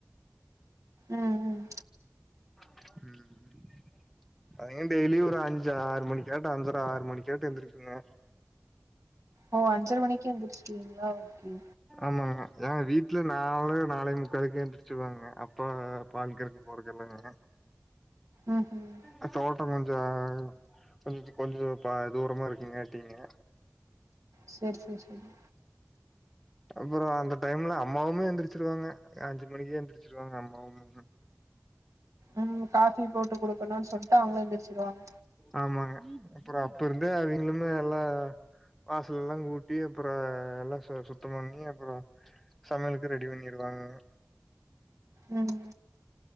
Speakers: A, on the right (about 75°); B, in the centre.
A: ம் ம்
B: ம் அதா டெய்லி ஒரு அஞ்சு ஆறு மணிக்காட்ட அஞ்சுற ஆறு மணிக்காட்டு எந்திரிக்குங்க
A: ஓ அஞ்சர மணிக்கே எந்திர்ச்டீங்ளா ஓகே
B: ஆமாங்க ஏன் வீட்ல நாலு நாலே முக்காலுக்கே எந்திர்ச்சுவேங்க அப்பா வ பால்கற்க்க போறக்கெல்லாங்க
A: ம் ஹூம்
B: அ தோட்டோ கொஞ்சோ கொஞ்சி கொஞ்சோ பா தூரமா இருக்கங்காட்டீங்க
A: செர் செர் செரி
B: அப்புறோ அந்த டைம்ல அம்மாவுமே எந்திரிச்சிருவாங்க அஞ்சு மணிக்கே எந்திரிச்சிருவாங்க அம்மாவுமே
A: ம் காஃபி போட்டு குடுக்கனுன்னு சொல்டு அவங்ளு எந்திரிச்சிருவாங்க
B: ஆமாங்க அப்புறோ அப்ப இருந்தே அவிங்ளுமே எல்லா வாசல்லா கூட்டி அப்புறோ எல்லா சுத்தம் பண்ணி அப்புறோ சமைல்க்கு ரெடி பண்ணிடுவாங்கங்க
A: ம்